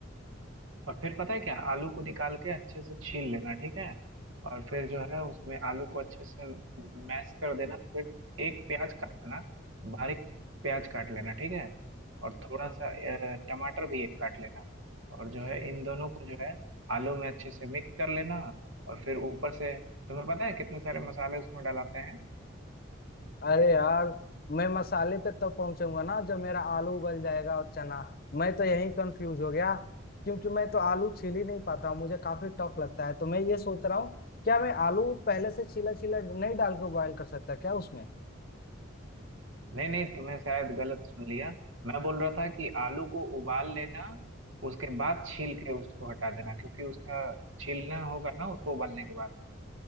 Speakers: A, on the right (about 80°); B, on the left (about 45°).
A: और फिर पता है क्या आलू को निकाल के अच्छे से छील लेना ठीक है और फिर जो है उसमें आलू को अच्छे से मैश कर देना फिर एक प्याज काटना बारीक प्याज काट लेना ठीक है और थोड़ा सा अ, टमाटर भी एक काट लेना और जो है इन दोनों को जो है आलू में अच्छे से मिक्स कर लेना और फिर ऊपर से तुम्हें पता है कितने सारे मसाले उसमें डलाते हैं
B: अरे यार मैं मसाले पे तब पहुंचूंगा ना जब मेरा आलू उबल जाएगा और चना मैं तो यही कंफ्यूज हो गया क्योंकि मैं तो आलू छील ही नहीं पाता हूँ मुझे काफी टफ लगता है तो मैं ये सोच रहा हूँ क्या मैं आलू पहले से छीला छीला नहीं डाल के बॉयल कर सकता क्या उसमें
A: नहीं नहीं तुमने शायद गलत सुन लिया मैं बोल रहा था कि आलू को उबाल लेना उसके बाद छील के उसको हटा देना क्योंकि उसका छीलना होगा ना उसको उबालने के बाद